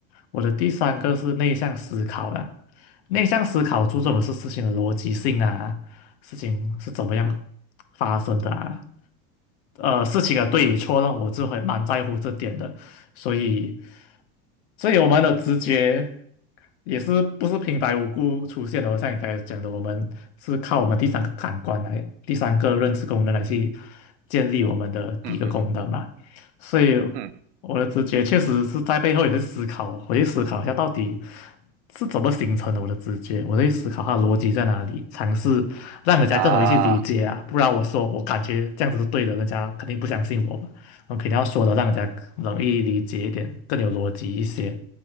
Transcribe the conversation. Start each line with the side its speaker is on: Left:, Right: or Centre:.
Left: 我的第三个是内向思考啦，内向思考注重的是事情的逻辑性啊，
Right: 嗯
Left: 事情是怎么样
Right: 嗯
Left: 发生的啊，呃事情的对与错了，
Right: 嗯
Left: 我就会蛮在乎这点的，所以，所以我们的直觉也是不是平白无故出现的哦，像你刚才讲的，我们是靠我们第三个感官来，第三个认知功能来去建立我们的第一个功能嘛，
Right: 嗯嗯嗯嗯
Left: 所以。
Right: 嗯嗯嗯嗯嗯
Left: 我的直觉确实是在背后也会思考，我去思考一下到底是怎么形成的我的直觉，我会思考它的逻辑在哪里，尝试让人家更容易去理解啊，
Right: 啊。
Left: 不然我说我感觉这样子是对的，人家肯定不相信我嘛，我肯定要说的让人家容易理解一点，更有逻辑一些。